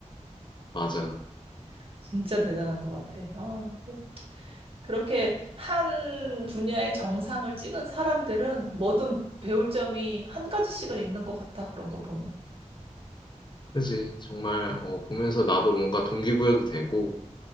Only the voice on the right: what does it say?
<laughs> 진짜 대단한 것 같아. 아, 그- 그렇게 한 분야의 정상을 찍은 사람들은 뭐든 배울 점이 한 가지씩은 있는 것 같아. 그런 거 보면.